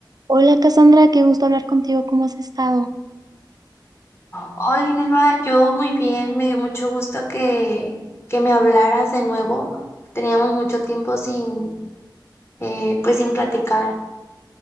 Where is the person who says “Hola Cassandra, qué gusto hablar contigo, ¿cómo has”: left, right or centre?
Right